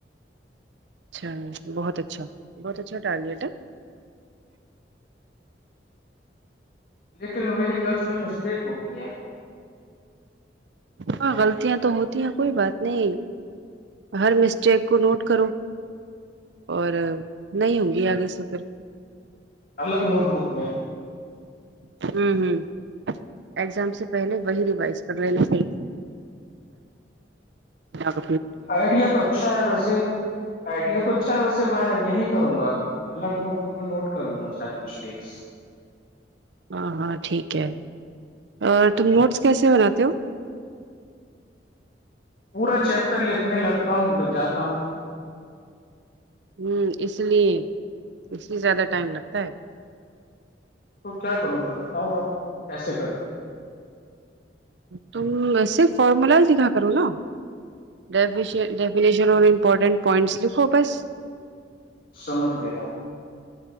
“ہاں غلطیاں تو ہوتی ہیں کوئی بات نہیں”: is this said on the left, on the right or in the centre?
Right